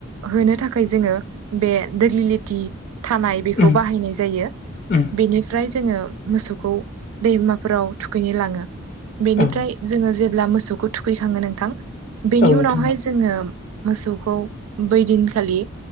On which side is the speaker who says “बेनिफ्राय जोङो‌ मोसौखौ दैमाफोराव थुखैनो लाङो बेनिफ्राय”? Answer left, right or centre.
Right